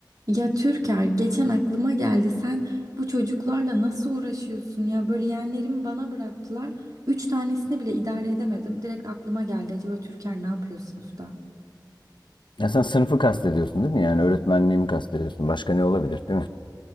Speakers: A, on the right; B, on the left.
A: Ya Türker geçen aklıma geldi sen bu çocuklarla nasıl uğraşıyorsun ya böyle yeğenlerimi bana bıraktılar. Üç tanesini bile idare edemedim. Direkt aklıma geldi acaba Türker ne yapıyorsunuz da?
B: Ya sen sınıfı kastediyorsun değil mi? Yani öğretmenliği öğretmenliğimi kastediyorsun. Başka ne olabilir değil mi?